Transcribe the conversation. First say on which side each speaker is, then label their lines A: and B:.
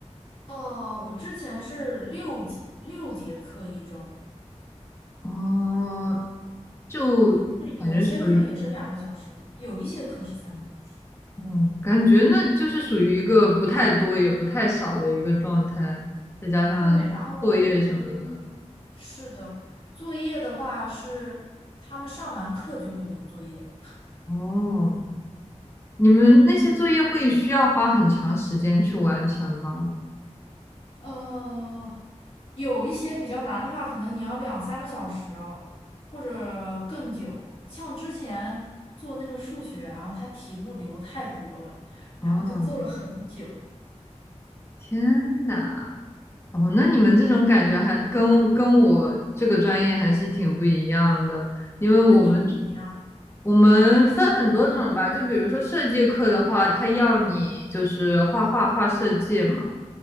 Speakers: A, on the left (about 50°); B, on the left (about 20°).
A: 哦，我之前是六节六节课一周，
B: 哦，就感觉属于。
A: 是有些课也是两个小时的，有一些课是三个小时。
B: 嗯，感觉那就是属于一个不太多也不太少的一个状态，再加上作业什么的。
A: 对，然后嗯，是的，作业的话是他们上完课就会留作业。
B: 哦，你们那些作业会需要花很长时间去完成吗？
A: 呃，有一些比较难的话，可能你要两三个小时哦，或者更久。像之前做那个数学，然后它题目留太多了，然后就做了很久。
B: 哦，天呐，哦，那你们这种感觉还跟跟我这个专业还是挺不一样的，因为我们
A: 那你们是怎么样的？
B: 我们分很多种吧，就比如说设计课的话，它要你就是画画画设计嘛。